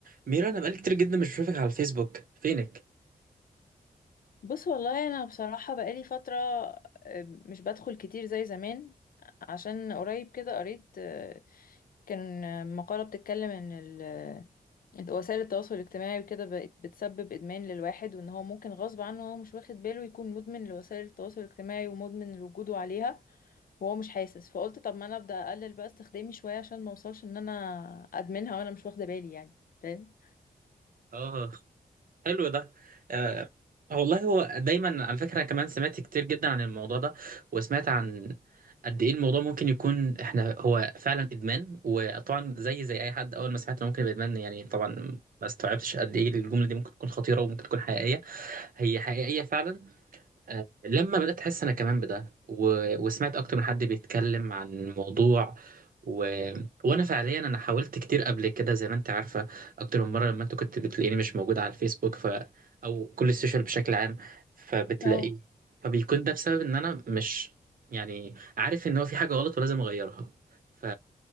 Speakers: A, on the right; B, on the left.
A: ميرو انا بقالي كتير جدا مش بشوفك على الفيسبوك فينك
B: بص والله انا بصراحة بقالي فترة آه، مش بدخل كتير زي زمان عشان قريب كده قريت آه، كان آه، مقالة بتتكلم ان ال- آه، وسائل التواصل الاجتماعي وكده بقت بتسبب ادمان للواحد وان هو ممكن غصب عنه هو مش واخد باله يكون مدمن لوسائل التواصل الاجتماعي ومدمن لوجوده عليها وهو مش حاسس فقلت طب ما انا ابدا اقلل بقى استخدامي شوية عشان ما اوصلش ان انا ادمنها وانا مش واخدة بالي يعني فاهم
A: اه حلو ده آه والله هو دايما على فكره انا كمان سمعت كتير جدا عن الموضوع ده وسمعت عن قد ايه الموضوع ممكن يكون احنا هو فعلا ادمان وطبعا زي زي اي حد اول ما سمعت انه ممكن يبقى ادمان يعني طبعا ما استوعبتش قد ايه الجمله دي ممكن تكون خطيره وممكن تكون حقيقيه هي حقيقيه فعلا آه، لما بدأت أحس أنا كمان بده و... وسمعت أكتر من حد بيتكلم عن الموضوع و... وأنا فعليا أنا حاولت كتير قبل كده زي ما أنت عارفة أكتر من مرة لما أنت كنت بتلاقيني مش موجود على الفيسبوك ف... أو كل السوشيال بشكل عام فبتلاقي
B: اه
A: فبيكون ده بسبب إن أنا مش يعني عارف إن هو في حاجة غلط ولازم أغيرها ف...